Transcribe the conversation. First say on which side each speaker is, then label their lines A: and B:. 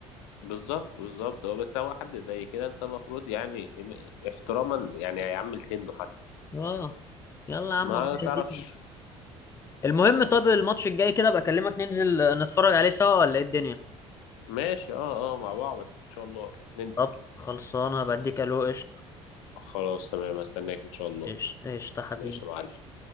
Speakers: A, on the left; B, on the left.
A: بالظبط بالظبط هو بس هو حد زي كده انت المفروض يعني إن- احتراما يعني هيعمل سنه حتى
B: اه يلا يا عم
A: ما
B: الله
A: تعرفش
B: يهديك. المهم طب الماتش الجاي كده بكلمك اكلمك ننزل نتفرج عليه سوا ولا ايه الدنيا
A: ماشي اه اه مع بعض ان شاء الله ننزل
B: طب خلصانه بديك الو قشطه
A: خلاص تمام استناك ان شاء الله
B: قشطه قشطة حبيبي
A: ماشي يا معلم